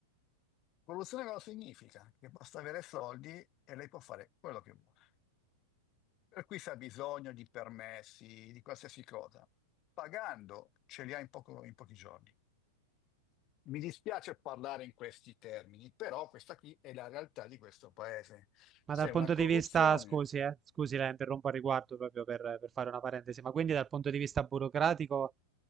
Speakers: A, on the left (about 40°); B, on the right (about 20°).
A: Corruzione cosa significa? Che basta avere soldi e lei può fare quello che vuole. Per cui se ha bisogno di permessi, di qualsiasi cosa, pagando ce li ha in poco- in pochi giorni. Mi dispiace parlare in questi termini, però questa qui è la realtà di questo paese.
B: Ma
A: C'è
B: dal
A: una
B: punto
A: corruzione
B: di vista, scusi, eh, scusi, la interrompo a riguardo proprio per, per fare una parentesi, ma quindi dal punto di vista burocratico